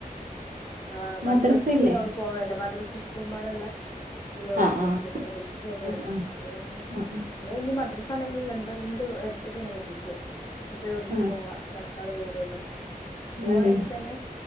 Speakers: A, on the left; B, on the right.
A: ആഹ
B: മദ്രസ
A: മദ്രസ്
B: ഇല്ലേ
A: ഓള് പോവലില്ല മദ്രസ് സ്കൂൾബാടല്ല. ഇതിലാ ഓള
B: ആഹ്
A: ചേർത്തിയത്
B: ആഹ്
A: മദ്രസ് പോവലില്ല
B: ആഹ്
A: അപ്പ പിന്നെ.
B: ആഹ്
A: ഞാൻ ഇനി മദ്രാസ ആണെങ്കിലും രണ്ടതിറെ എടുത്ത്ക്കനെ കെട്ടീച്ചേ. അപ്പ എവിടുന്നും
B: ആഹ്
A: പോവാ നടക്കാള ദൂരൊള്ളൂ പോവാണെങ്കിൽ
B: ആഹ് അതെ
A: തന്നെ.